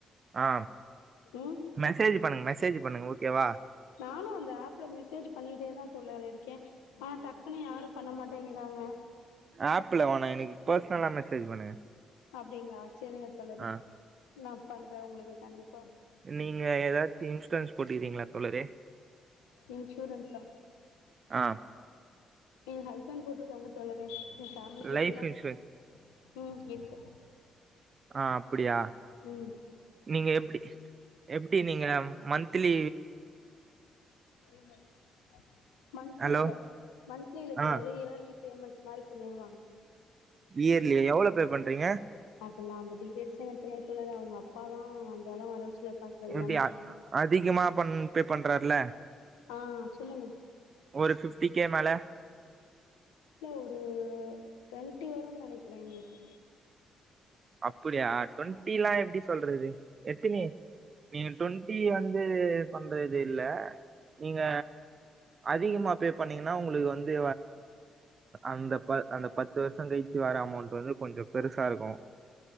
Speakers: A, on the right; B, on the left.
A: ஆ
B: ம்
A: மெசேஜ் பண்ணுங்க மெசேஜ் பண்ணுங்க கேவா
B: நானும் அந்த ஆப்ல மெசேஜ் பண்ணிட்டே தான் தோழர் இருக்கேன் ஆஹ் டக்குன யாரு பண்ண மாட்டேங்கிறாங்க
A: ஆப்ல வேணா எனக்கு பர்சனல்லா மெசேஜ் செரி பண்ணுங்க
B: அப்டிங்களா செரிங்க தோழரே
A: ஆ
B: நா பண்றே உங்குளுக்கு கண்டிப்பாக
A: நீங்க எதாச்சும் இன்சூரன்ஸ் போட்டிக்கீறிங்களா தோழரே
B: இன்சூரன்ஸா
A: அ
B: ஏ ஹஸ்பண்ட் போட்டிருக்காங்க தோழரே ஏ ஃபேமிலிக்கு
A: லைஃப்
B: ஃபுல்லாவே
A: இன்சூரன்ஸ்
B: ம் இருக்கு
A: அ அப்பிடியா
B: ம்
A: நீங்க எப்டி <unintelligible> எப்பக்ஷடி நீங்க மந்த் திலி
B: <inaudible> மந்த்லியில
A: ஹலோ
B: மந்த்லி இல்ல தோழரே
A: ஆ
B: இயர்லி பேமெண்ட் மாரி பண்ணிடுவாங்க
A: இயர் ர்லி எவ்ளோ ஃபே பண்றீங்க
B: ல்ல அந்த டீட்டெயல்ஸ் எனக்கு தெரியாது தோழரே அவங்க அப்பா தா <unintelligible> இ பாக்குறது எல்லாமே
A: எப்டி அதிகமா பண் பே பண்றார்ல
B: ஆ சொல்லுங்க
A: ஒரு ஃபிப்டி கே மேல
B: இல்ல ஒரு டொவண்டி வரும்னு நெனைக்கிற எங்ளுக்கு
A: அப்பிடியா டொண்டி ல்லா எப்டி சொல்றது எத்தின நீங்க டொவண்ட்டி வந்து பண்றது இல்ல நீங்க அதிகமா பே பண்ணீங்கன்னா உங்குளுக்கு வந்து அந்த ப அந்த பத்து வருஷம் கயிச்சு வர அமௌண்ட் வந்து கொஞ்சோ பெருசா இருக்கு